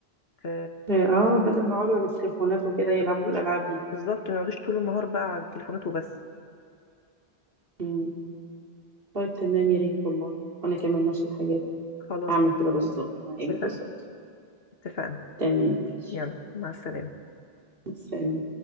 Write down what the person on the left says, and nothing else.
ف-
ما
يقعدوش
بالظبط ما يقعدوش طول النهار بقى على التليفونات وبس
خلاص
اتفقنا
اتفقنا
يلا مع السلامة